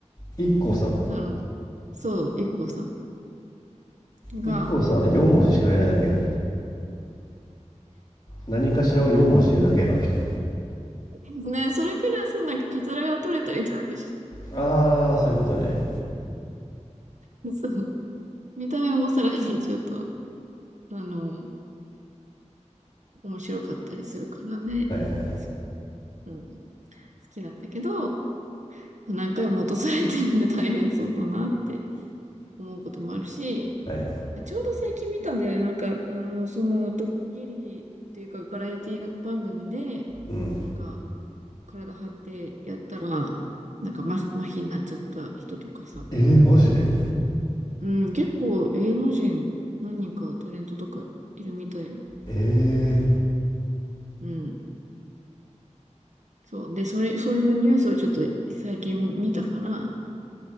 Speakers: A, on the left (about 35°); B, on the right (about 75°).
A: 一個さん
B: あの、そう、一行さんが、
A: 一個さん4文字しか言えないだけやん何かしらを4文字言うだけやんあの人
B: <laughs> ね、それプラス、なんか、カツラが取れたりとかし
A: ああそういうことね
B: て、そう、見た目もさらにちょっと、あの、面白かったりするからね。
A: はいはいはい
B: そううん、好きなんだけど、何回も落とされてね、大変そうだなって思うこともあるし、
A: はいはい
B: ちょうど最近見たんだよね。なんか、あの、その、ドッキリっていうか、バラエティ番組で、
A: うん
B: なんか、体張ってやったら、なんか、ま、麻痺になっちゃった人とかさ。
A: えー、マジで
B: うん、結構、芸能人何人かタレントとかいるみたい。
A: え
B: うん。そう。で、それ、そういうニュースをちょっと最近見たから、